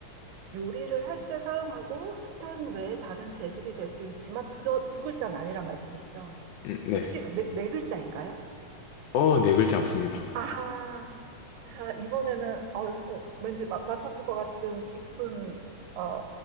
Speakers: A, on the right; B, on the left.
A: 요리를 할 때 사용하고 스텐 외에 다른 재질이 될 수 있지만 두, 저- 두 글자는 아니란 말씀이시죠?
B: 음, 네.
A: 혹시 네, 네 글자인가요?
B: 어, 네 글자 맞습니다.
A: 아하, 아하, 이번에는 어, 저 왠지 마- 맞췄을 것 같은 깊은 어,